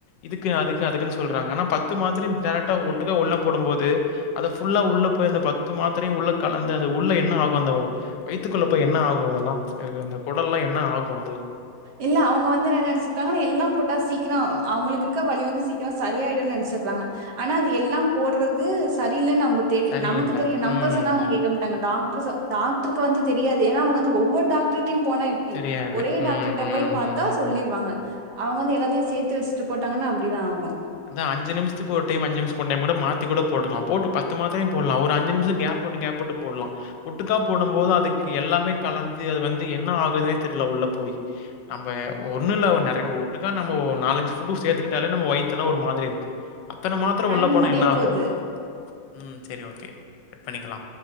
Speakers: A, on the left; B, on the right.
A: இதுக்கு அதுக்கு அதுக்குனு சொல்றாங்க ஆனா பத்து மாத்ர டைரட்டா ஒட்டுக்கா உள்ள போடும்போது அத ஃபுல்லா உள்ள போயி அந்த பத்து மாத்திரையு உள்ள கலந்து அது உள்ள என்ன ஆகு அந்த வயித்துக்குள்ள போய் என்ன ஆகு அதெல்லா எனக்கு இந்த கொடல்லா என்ன ஆகு அதுல்லா
B: இல்ல அவுங்க வந்து என்ன நெனச்சிக்றாங்க எல்லா போட்டா சீக்கிரோ அவுங்களுக்கு இருக்க வலி வந்து சீக்கிரோ சரியாயிடு நெனைச் <unintelligible> ஆனா அது எல்லா போடுறது சரியில்லனு அவுங்குளுக்கு தெரியு
A: சரியில்ல.
B: நமக்கு தெரியு நம்ப
A: ம்.
B: சொன்னா அவுங்க கேட்கமாட் டாங்க டாக்ட்ரு சொ டாக்ட்ருக்கு வந்து தெரியாது ஏனா அவுங்க வந்து ஒவ்வொரு டாக்டர்டியும் போனா எப்டி
A: தெரியாது.
B: ஒரே டாக்
A: ம்,
B: நா
A: ம்,
B: போயி பாத்தா
A: ம்.
B: சொல்லிருவாங்க அவுங்க வந்து எல்லாத்தையு சேத்து வச்சிட்டு போட்டாங்கன்னா அப்டிதா ஆகு
A: அந்த அஞ்சு நிமிசத்துக்கு ஒரு டெயிம் அஞ்சு நிமிஷக்கு ஒன் டெயிம் கூட மாத்தி கூட போட்டுக்கலா போட்டு பத்து மாத்ரயு போடுலா ஒரு அஞ்சு நிமிஷோ கேப் கேப் வுட்டு போட்லா ஒட்டுக்கா போடும்போது அதுக்கு எல்லாமே கலந்து அது வந்து என்ன ஆகுதுன்னே தெர்ல உள்ள போயி நம்ப ஒன்னுல்ல ஒன் நெறையா ஒட்டுக்கா நம்ம ஒரு நாலஞ்சி ஃபுட்டு சே்த்துக்கிட்டாலே நம்ம வயித் இதெல்லா ஒரு மாதிரி இருக்கு அத்தன மாத்தர
B: டைம்
A: உள்ள போனா
B: முடிய
A: என்ன ஆகு
B: போது
A: ம் சரி ஓகே கட் பண்ணிக்லா